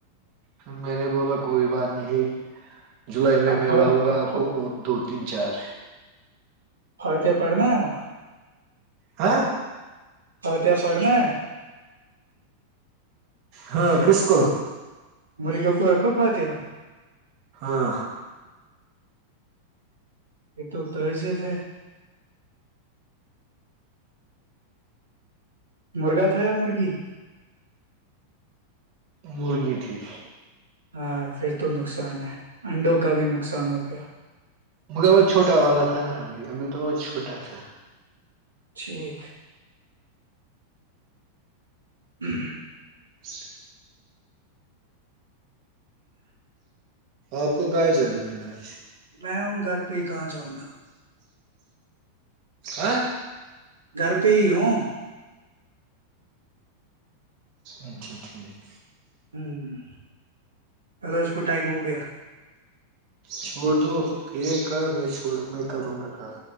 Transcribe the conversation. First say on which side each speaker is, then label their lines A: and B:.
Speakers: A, on the right; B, on the right.
A: پھر میں نے بولا کوئی بات نہیں ہی جولائی میں
B: اب
A: میں
B: پھاڑتے
A: لاؤں گا آپ کو اور دو تین چار
B: اورورتیں پڑھنا ہے ہو
A: ہ
B: ہ ت پڑنے
A: ہاں کسک
B: مری گ کوئی ایک کو فاتاتیا
A: ہاں
B: یہ تو تعزیت ہے مرغا تھایا مرغی
A: مرغی تھی
B: ہاں پھر تو نقصان ہے انڈوں کا بھی نقصان ہو گیا
A: مگر وہ چھوٹا والا تھا نا ابھی ابھی تو وہ چھوٹا تھا
B: ٹھیک ہ <inaudible>
A: ج <unintelligible> آپ کو کہاں جانا ہے آج
B: میں ہوں گھر پہ ہی کہاں جاؤ گا
A: ہاں
B: گھر پہ ہی ہوں
A: اچھا ٹھیک
B: ہوں اللو کو ٹائم ہو گیا
A: چھوڑ دو یہ کام میں چھوڑ میں کروں گا کام